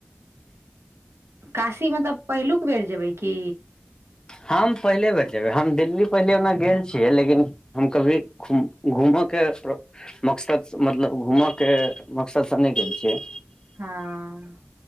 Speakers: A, on the right; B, on the left.
A: काशी मतलब पहिलुक बेर जेबै की
B: हम पहिले बेर जेबै हम दिल्ली पहिले ओना गेल छियै लेकिन हम कभी घुम घूमय के मकसद सँ मतलब घूमयके मकसदसँ नहि गेल छियै
A: हँ